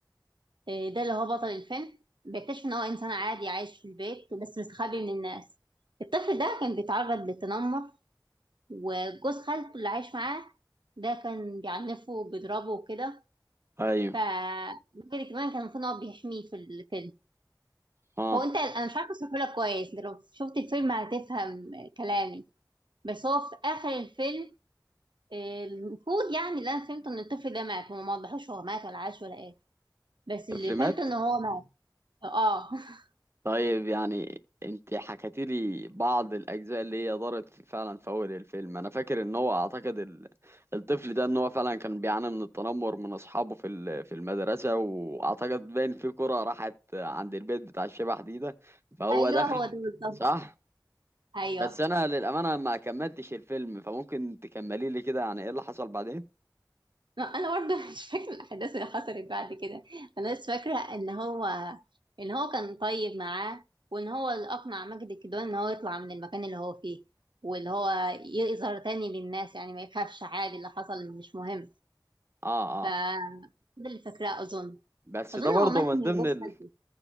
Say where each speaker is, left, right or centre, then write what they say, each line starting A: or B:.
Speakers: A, on the right (about 85°); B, on the right (about 35°).
A: آه، ده اللي هو بطل الفيلم بيكتشف ان هو انسان عادي عايش في البيت بس مستخبي من الناس الطفل ده كان بيتعرض للتنمر وجوز خالته اللي عايش معاه ده كان بيعنفه وبيضربه وكده
B: ايوه
A: ف الراجل كمان كان المفروض ان هو بيحميه في الفيلم
B: اه
A: هو انت انا مش عارفه اشرحه لك كويس انت لو شفت الفيلم هتفهم كلامي بس هو في اخر الفيلم آه، المفروض يعني اللي انا فهمته ان الطفل ده مات هو ما وضحوش هو مات ولا عاش ولا ايه بس اللي
B: طفل
A: فهمته
B: مات
A: ان هو مات اه <laughs>
B: طيب يعني انت حكيتي لي بعض الاجزاء اللي هي دارت في- فعلا في اول الفيلم انا فاكر ان هو اعتقد ال... الطفل ده ان هو فعلا كان بيعاني من التنمر من اصحابه في ال... في المدرسه واعتقد باين في كره راحت عند البيت بتاع الشبح دي ده فهو
A: ايوه
B: دخل
A: هو ده بالظبط
B: صح
A: ايوه
B: بس انا للامانه ما كملتش الفيلم فممكن تكملي لي كده يعني ايه اللي حصل بعدين
A: لا، انا برضه <laughs> مش فاكره الاحداث اللي حصلت بعد كده انا بس فاكره ان هو ان هو كان طيب معاه وان هو اللي اقنع ماجد الكدواني ان هو يطلع من المكان اللي هو فيه واللي هو يظهر تاني للناس يعني ما يخافش عادي اللي حصل مش مهم
B: اه
A: ف
B: اه
A: ده اللي فاكراه اظن
B: بس
A: اظن
B: ده برضه
A: هو مات
B: من
A: من
B: ضمن
A: جوز خالته